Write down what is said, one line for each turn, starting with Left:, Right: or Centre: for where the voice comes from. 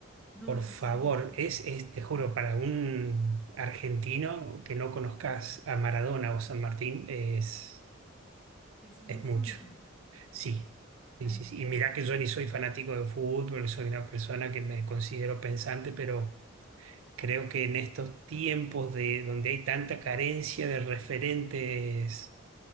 Centre: no
Right: Por
Centre: lo
Right: favor,
Centre: siento.
Right: es, es, te juro, para un argentino que no conozcas a Maradona o San Martín, es,
Centre: Es un
Right: es
Centre: insulto.
Right: mucho. Sí,
Centre: Ay,
Right: sí, sí. sí.
Centre: no.
Right: Y mirá que yo ni soy fanático de fútbol, soy una persona que me considero pensante, pero creo que en estos tiempos de, donde hay tanta carencia de referentes